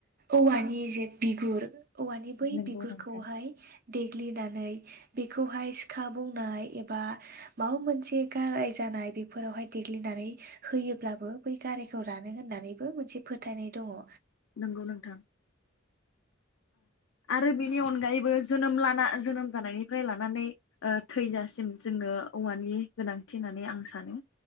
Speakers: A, on the right; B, on the left.
A: औवानि जे बिगुर औवानि बै
B: नंगौ
A: बिगुरखौहाय
B: नोंथां।
A: देग्लिनानै बेखौहाय सिखा बौनाय एबा माबा मोनसे गाराय जानाय बेफोरावहाय देग्लिनानै होयोब्ला बै गारायखौ रानो होननानैबो मोनसे फोथायनाय दंङ।
B: नोंगौ नोंथां आरो बिनि अनगायैबो जोनोम लाना जोनोम जानायनिफ्राय लानानै थैजासिम जोंनो औवानि गोनांथि होननानै आं सानो